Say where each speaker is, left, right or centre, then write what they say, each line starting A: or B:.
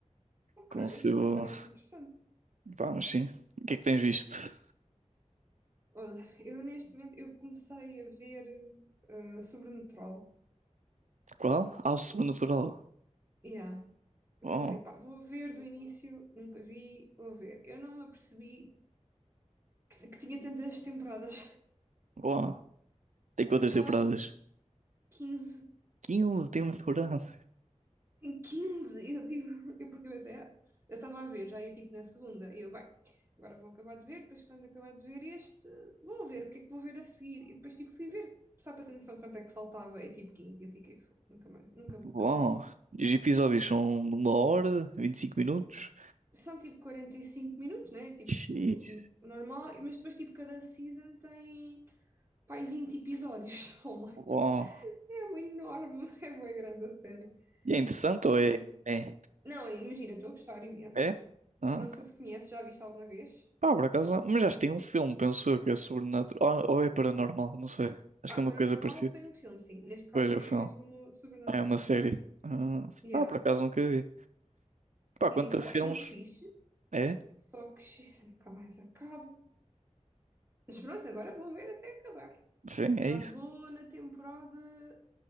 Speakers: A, on the right (about 20°); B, on the right (about 75°).
A: Ok,
B: com o seu...
A: isso até parece interessante.
B: Vamos, sim. O que é que tens visto?
A: Olha, eu neste momento eu comecei a ver eh, Sobrenatural.
B: Qual? Ao Sobrenatural.
A: Uh, Eu
B: Bom,
A: pensei, pá, vou ver do início, nunca vi, vou ver. Eu não me apercebi que, que tinha tantas temporadas.
B: bom. Tem quantas
A: Eu só
B: temporadas?
A: me apercebi. quinze
B: Quinze temporadas.
A: Tem 15! Eu tipo, eu porque eu pensei, ah, eu estava a ver, já ia tipo na segunda, e eu, bem, agora vou acabar de ver, depois quando acabar de ver este, vou ver o que é que vou ver a seguir. E depois tipo fui ver, só para ter noção quanto é que faltava, e tipo 15 e eu fiquei, "Fogo, nunca mais, nunca vou
B: Bom.
A: acabar isto.
B: E Os episódios são de uma hora, 25 minutos.
A: São tipo 45 minutos, né? Tipo,
B: Xiii.
A: normal, mas depois tipo cada season tem pai, vinte episódios <laughs>
B: Bom.
A: É um enorme, é uma grande a série.
B: E é interessante
A: E,
B: ou é? É?
A: não, imagina, estou a gostar imenso.
B: É? Ah,
A: Não sei se conheces, já viste alguma vez?
B: Pá, por acaso, não. mas já tem um filme, penso eu, que é sobrenatural. Ou, ou é paranormal, não sei. Acho
A: Ah,
B: que é uma
A: Paranormal
B: coisa parecida.
A: tem um filme, sim. Neste caso
B: Veja
A: é,
B: o filme.
A: é mesmo sobrenatural.
B: Ah, É uma série. Ah,
A: Yeah.
B: pá, por acaso nunca vi. Pá,
A: E,
B: quanto a
A: opá,
B: filmes?
A: é muito fixe,
B: É?
A: só que <laughs> isso nunca mais acaba. Mas pronto, agora vou ver até acabar.
B: Sim,
A: Já
B: é isso.
A: vou na temporada